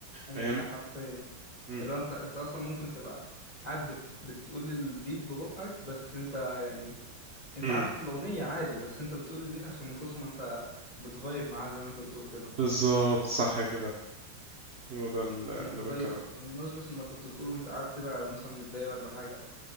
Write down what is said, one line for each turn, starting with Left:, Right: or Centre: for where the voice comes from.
Left: اي
Right: فاهم
Left: حرفيا
Right: مم.
Left: اللي هو انت انت اصلا ممكن تبقى قاعد بت... بتقول البيت ببقك بس انت يعني انت
Right: مم.
Left: عارف الاغنيه عادي بس انت بتقول البيت عشان من كتر ما انت بتفايب معاه زي ما انت بتقول كده
Right: بالظبط صح كده هو ده اللي
Left: انت
Right: بتكلم
Left: طيب
Right: عنه.
Left: بمناسبة انك كنت بتقول له انت قاعد كده مثلا متضايق ولا حاجة